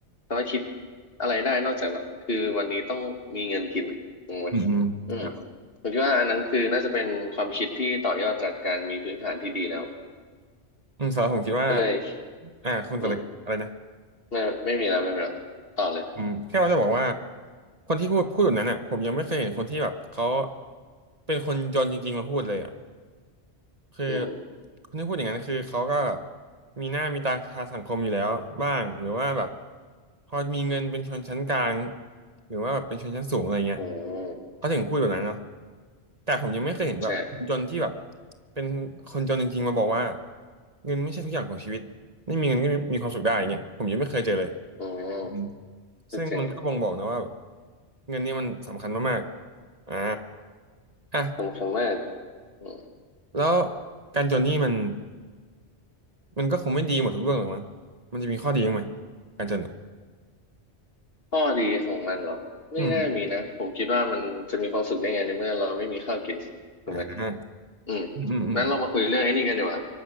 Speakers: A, on the left; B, on the right.
A: สามารถคิดอะไรได้นอกจากแบบคือวันนี้ต้องมีเงินกินอะงงไหม
B: อืมอืมครับ
A: อืมผมคิดว่าอันนั้นคือน่าจะเป็นความคิดที่ต่อยอดจากการมีพื้นฐานที่ดีแล้ว
B: อืมสำหรับผมคิดว่า
A: ก็เลย
B: อ่าคุณจะอะไรอะไรนะ
A: อืมไม่ไม่มีแล้วไม่มีแล้วต่อเลย
B: อืมแค่ว่าจะบอกว่าคนที่พูดพูดแบบนั้นอ่ะผมยังไม่เคยเห็นคนที่แบบเขาเป็นคนจนจริงๆมาพูดเลยอ่ะ คือ
A: อืม
B: คนที่พูดอย่างนั้นคือเขาก็มีหน้ามีตาทางสังคมอยู่แล้วบ้างหรือว่าแบบพอมีเงินเป็นชนชั้นกลางหรือว่าแบบเป็นชนชั้นสูงอะไรเงี้ย
A: อืม
B: เขาถึงพูดแบบนั้นเนาะแต่ผมยังไม่เคยเห็นแบบคนจนที่แบบ
A: ใช่
B: เป็นคนจนจริงๆมาบอกว่าเงินไม่ใช่ทุกอย่างของชีวิตไม่มีเงินก็มีความสุขได้อย่างเงี้ยผมยังไม่เคยเจอเลย
A: อืม
B: อืม
A: คือถึง
B: ซึ่งมันก็บ่งบอกนะว่าแบบเงินเนี่ยมันสำคัญมากๆอ่าอ่ะ
A: สำคัญมากอืม
B: แล้วการจนนี่มัน มันก็คงไม่ดีหมดทุกเรื่องหรอกมั้งมันจะมีข้อดีบ้างไหมการจนอะ
A: ข้อดีของมันเหรอไม่น่ามีนะผมคิดว่ามันจะมีความสุขได้ไงในเมื่อเราไม่มีข้าวกินถูกไหม
B: อืมอ่า
A: อืม
B: อืมอืมอืม
A: นั้นเรามาคุยเรื่องไอ้นี่กันดีกว่า